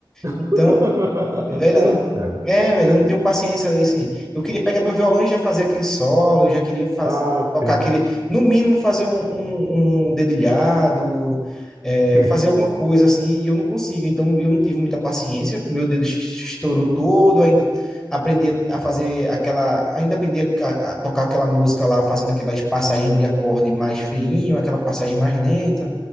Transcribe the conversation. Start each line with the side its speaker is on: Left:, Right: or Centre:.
Centre: Então,
Right: <laughs>
Centre: Velho,
Right: Caramba,
Centre: eu não.
Right: cara.
Centre: É, velho, eu não tenho paciência assim. Eu queria pegar meu violão e já fazer aquele solo, eu já queria fazer,
Right: Ah,
Centre: tocar
Right: sei.
Centre: aquele, no mínimo fazer um, um, um dedilhado, é,
Right: <laughs>
Centre: fazer alguma coisa assim, e eu não consigo. Então eu não tive muita paciência, meu dedo estourou todo, ainda aprendi a a fazer
Right: É.
Centre: aquela, ainda aprendi a, a- a tocar aquela música lá, fazendo aquelas passagens de acorde mais feinho, aquela passagem mais lenta